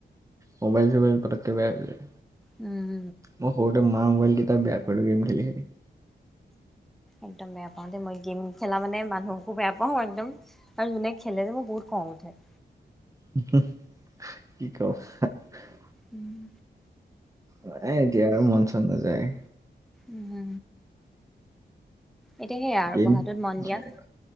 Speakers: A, on the right (about 15°); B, in the centre.
A: মোবাইল-চোবাইল পতককে বেয়া হৈ যায়।
B: উম।
A: মই সৰুতে মাৰ ম'বাইল কেইটা বেয়া কৰিলোঁ‌ গেম খেলি-খেলি।
B: একদম বেয়া পাওঁ দেই, মই গেম খেলা মানে মানুহকো বেয়া পাওঁ, একদম আৰু যোনে খেলে যে মোৰ বহুত খঙ উঠে।
A: <unintelligible> কি কও <unintelligible>
B: উম।
A: নাই এতিয়া আৰু মন-চন নাযায়।
B: উম। এতিয়া সেইয়া আৰু
A: দিন
B: পঢ়াটোত
A: মানে
B: মন দিয়া
A: সেয়া আৰু।